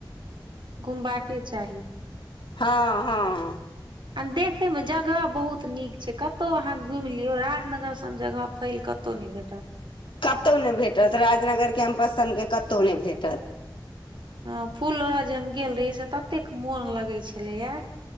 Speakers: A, on the right; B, on the left.
A: घुमबा केँ चाही
B: हँ - हँ
A: आ देखे मे जगह बहुत नीक छैय कतहु अहाँ घुमि लियौ राजनगर सन जगह फैल क तौ नय भेटल
B: कतहु नय भेटत राजनगर कैम्पस सनके कतहु नय भेटत
A: हँ फूल लोढ़ जे हम गेल रहियै से ततेक मोन लगै छलै ये